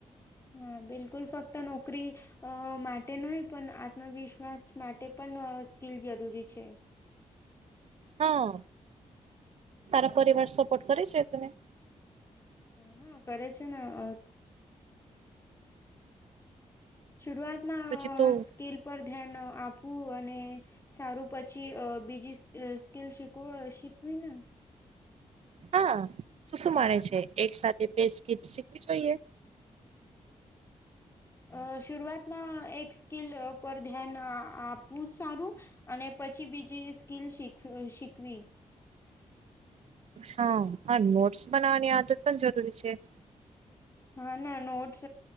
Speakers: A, on the left; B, on the right.
A: હા બિલકુલ ફક્ત નોકરી અ માટે માટે નહી પણ આત્મવિશ્વાસ માટે પણ અ સ્કીલ જરૂરી છે.
B: હા તારો પરિવાર સપોર્ટ કરે છે તને.
A: હા કરે છેને અ શરૂઆતમાં
B: પછી
A: અ
B: તું
A: સ્કેલ પર ધ્યાન આપવું અને સારું પછી અ બીજી સ્કીલ શીખ શીખવી ને.
B: હા તુ શું માને છે એક સાથે બે સ્કીપ શીખવી જોઈએ.
A: અ શરૂઆતમાં એક સ્કીલ પર ધ્યાન આપવું સારું. અને પછી બીજી સ્કીલ શીખ શીખવી.
B: હા હ નોટ્સ બનાવવાની આદત પણ જરૂરી છે.
A: હા ના નોટ્સ